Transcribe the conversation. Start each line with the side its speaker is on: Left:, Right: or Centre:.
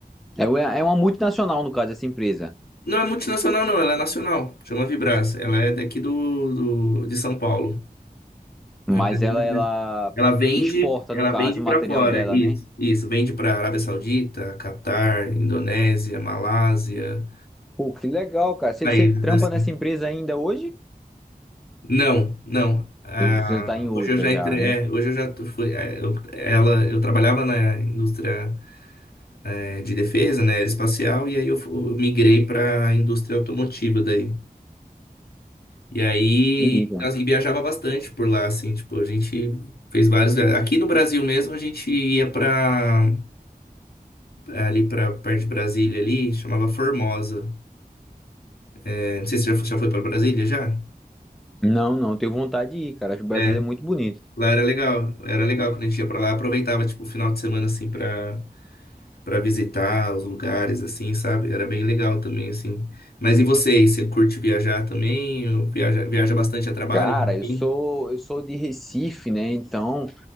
Centre: É, uma- é uma multinacional, no caso, essa empresa.
Left: Não é multinacional, não, ela é nacional. Chama Vibras. Ela é daqui do, do- de São Paulo.
Centre: Mas
Left: É uma empresa
Centre: ela,
Left: muito
Centre: ela
Left: grande. Ela vende,
Centre: exporta,
Left: ela
Centre: no caso,
Left: vende
Centre: o
Left: para
Centre: material
Left: fora.
Centre: dela,
Left: Isso,
Centre: né?
Left: isso. Vende para Arábia Saudita, Catar, Indonésia, Malásia,
Centre: Pô, que legal, cara. Você
Left: países
Centre: você trampa
Left: assim.
Centre: nessa empresa ainda hoje?
Left: Não, não. Ah,
Centre: Ou Você tá em outra
Left: hoje eu já
Centre: já,
Left: entrei.
Centre: né?
Left: é, hoje eu já tu- fui. é, eu, ela, eu trabalhava na indústria é, de defesa, né, aeroespacial, e aí eu, fu- eu migrei para a indústria automotiva daí. E aí,
Centre: Entendi, cara.
Left: assim, viajava bastante por lá, assim, tipo, a gente fez vários. via- Aqui no Brasil mesmo, a gente ia pra, é, ali pra perto de Brasília ali, chamava Formosa. É, não sei se você já foi, já foi pra Brasília, já?
Centre: Não, não, tenho vontade de ir, cara. Acho o Brasil
Left: É,
Centre: é muito bonito.
Left: lá era legal, era legal quando a gente ia pra lá, aproveitava, tipo, o final de semana, assim, pra, pra visitar os lugares, assim, sabe? Era bem legal também, assim. Mas e você aí, você curte viajar também? Ou Viaja, viaja bastante a trabalho?
Centre: Cara, eu
Left: Sim.
Centre: sou eu sou de Recife, né? Então